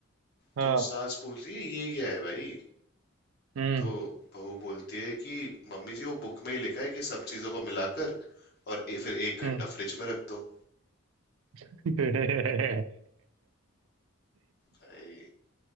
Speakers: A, on the right; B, on the left.
A: हाँ
B: तो सास पूछती है ये क्या है भाई
A: हम्म
B: तो बहू बोलती है कि मम्मी जी वो बुक में ही लिखा है कि सब चीजों को मिलाकर और ए, फिर एक
A: हम्म।
B: घंटा फ्रिज में रख दो
A: <laughs>
B: भाई